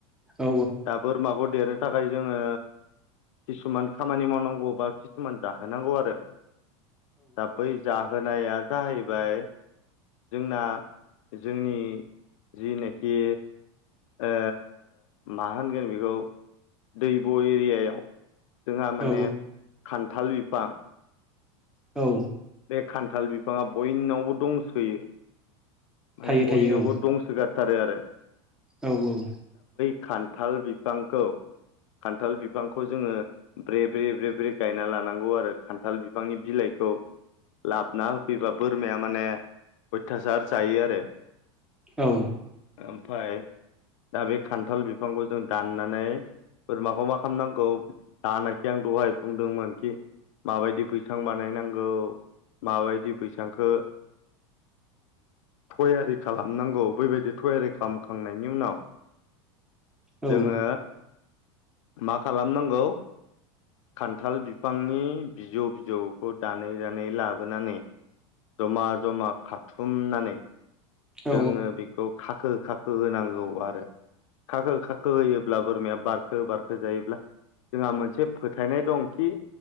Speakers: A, in the centre; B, on the left.
A: औ
B: दा बोरमाखौ देरनो नि थाखाय जोङो किसुमान खामानि मावनांगौ बा किसुमान जाहोनांगौ आरो दाबै जागोन बोरमाया जाहैबाय जोंना जोंनि जिनाखि ओ मा होनगोन बेखौ दैब' एरियायाव जोंहा माने
A: औ
B: थालिर फिफां
A: औ
B: बे खानथाल बिफाङा बयनावबो दंसोयो माने
A: थायो
B: बयनावबो
A: थायो
B: दंसोगारथारो आरो
A: औ औ
B: खानथाल बिफांखौ खानथाल बिफांखौ जोङो ब्रे ब्रे ब्रे ब्रे गायना लानांगौ आरो खानथाल बिफांनि बिलाइखौ लाबोना होफैबा बोरमाया माने अथासार जायो आरो
A: औ
B: ओमफाय दा बे खानथाल बिफांखौ जों दाननानै बोरमाखौ मा खालामनांगौ दानाखि आं दहाय बुंदोंमोनखि माबायदि बैसां बानायनांगौ माबायदि बैसांखौ थयारि खालामनांगौ बैबायदि थयारि खालामखांनायनि उनाव
A: औ
B: जोङो मा खालामनांगौ खानथाल बिफांनि बिजौ बिजौखौ दानै दानै लाबोनानै जमा जमा खाथुमनानै
A: औ
B: जोङो बेखौ खाखो खाखो होनांगौ आरो खाखो खाखो होयोब्ला बोरमाया बारखो बारखो जायोब्ला जोंहा मोनसे फोथायनाय दंखि